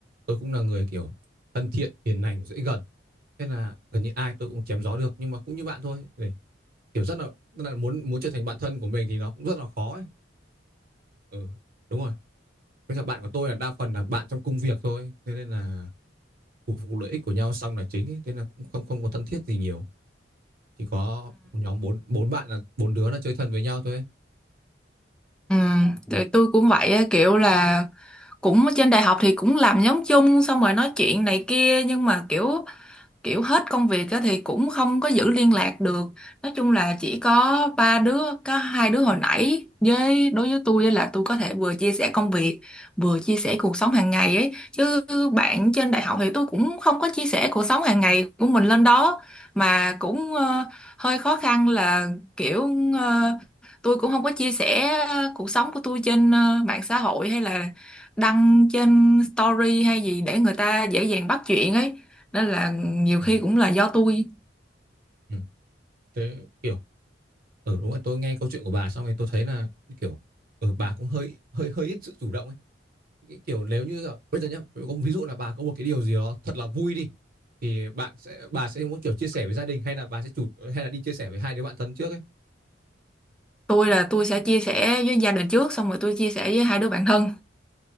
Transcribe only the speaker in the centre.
Ừ, tụi tôi cũng vậy á, kiểu là cũng ở trên đại học thì cũng làm nhóm chung xong rồi nói chuyện này kia nhưng mà kiểu kiểu hết công việc á, thì cũng không có giữ liên lạc được nói chung là chỉ có ba đứa có hai đứa hồi nãy với đối với tôi á là tôi có thể vừa chia sẻ công việc vừa chia sẻ cuộc sống hàng ngày ấy chứ bạn trên đại học thì tôi cũng không có chia sẻ cuộc sống hàng ngày của mình lên đó mà cũng ờ, hơi khó khăn là kiểu ờ, tôi cũng không có chia sẻ ờ, cuộc sống của tôi trên ờ, mạng xã hội hay là đăng trên story hay gì để người ta dễ dàng bắt chuyện ấy nên là nhiều
khi cũng là do tôi
tôi là tôi sẽ chia sẻ với gia đình trước xong rồi tôi chia sẻ với hai đứa bạn thân